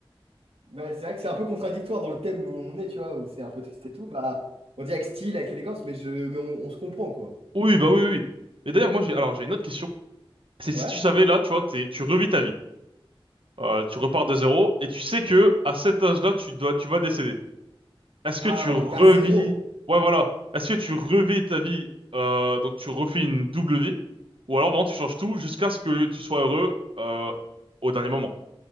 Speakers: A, on the right (about 80°); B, on the right (about 65°).
A: Mais c'est vrai que c'est un peu contradictoire dans le thème où on est, tu vois, où c'est un peu triste et tout. Bah, on dit avec style, avec élégance, mais je, mais on, on se comprend, quoi.
B: Oui, bah oui, oui. oui. Et d'ailleurs, moi, j'ai, alors, j'ai une autre question. C'est si
A: Ouais?
B: tu savais, là, tu vois, t'es, tu revis ta vie. Euh, tu repars
A: Ok.
B: de zéro et tu sais que, à cet âge-là, tu dois, tu vas décéder. Est-ce que
A: Ah,
B: tu revis,
A: donc à zéro.
B: ouais, voilà. Est-ce que tu revis ta vie, euh, donc tu refais une double vie? Ou alors, vraiment, tu changes tout jusqu'à ce que tu sois heureux, euh, au dernier moment.